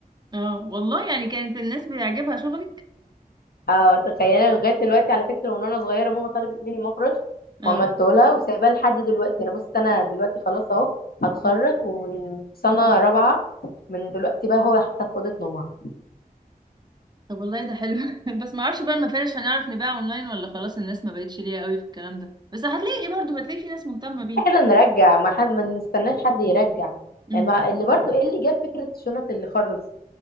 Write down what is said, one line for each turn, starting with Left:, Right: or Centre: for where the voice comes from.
Right: اه والله يعني كانت الناس بيعجبها شغلك
Left: آه تخيل لغايه دلوقتي على فكره من وانا صغيره ماما طلبت مني مفرش
Right: اه
Left: وعملته لها وسايباه لحد دلوقتي انا بص انا دلوقتي خلاص اهو هتخرج
Right: آه.
Left: ومن سنه رابعه من دلوقتي بقى هو حتى في اوضه نومها
Right: طب والله ده حلو <laughs> بس ما اعرفش بقى المفارش هنعرف نبيع اونلاين ولا خلاص الناس ما بقتش ليها قوي في الكلام ده بس هتلاقي ايه برضه هتلاقي في ناس مهتمة بيه
Left: احنا نرجع ما حد ما نستناش حد يرجع
Right: امم
Left: يعني ما اللي برضو ايه اللي جاب فكره شنط اللي خرز